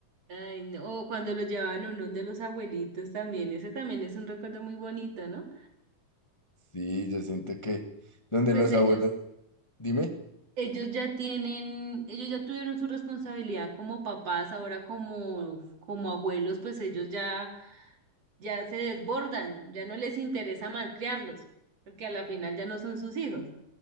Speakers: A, on the right (about 50°); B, on the left (about 15°).
A: Ay, no. O cuando lo llevaban a uno de los abuelitos también, ese también es un recuerdo muy bonito, ¿no?
B: Sí, yo siento que donde
A: Pues
B: los
A: ellos,
B: abuelos, dime,
A: Ellos ya tienen, ellos ya tuvieron su responsabilidad como papás, ahora como, como abuelos, pues ellos ya, ya se desbordan, ya no les interesa malcriarlos, porque a la final ya no son sus hijos.